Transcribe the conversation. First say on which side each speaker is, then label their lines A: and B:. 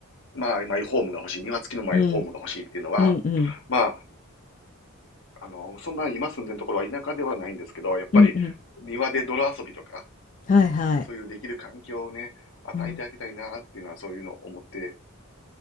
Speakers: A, on the left; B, on the left.
A: まあ、マイホームが欲しい、庭付きのマイホームが欲しいっていうのは、
B: うん。うんうん。
A: まあ、あの、そんな今住んでるところは田舎ではないんですけど、やっぱり庭で泥遊びとか、
B: うんうん。はいはい。
A: そういうできる環境をね、与えてあげたいなっていうのは、
B: うん。
A: そういうのを思って、